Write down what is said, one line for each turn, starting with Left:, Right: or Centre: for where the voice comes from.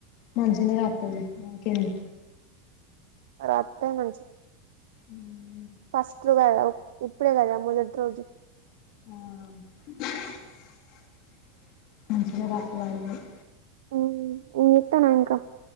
Left: మంచిగానే రాత్తదిలె ఇంకేంది
Right: రాత్తది మంచిగానే
Left: హ్
Right: పాస్ <unintelligible> ఇప్పుడే గద మొదటి రోజు
Left: హా మంచిగా రాత్తది అదేం లేదు
Right: హ్ ఏం చెత్తన్నవ్ ఇంకా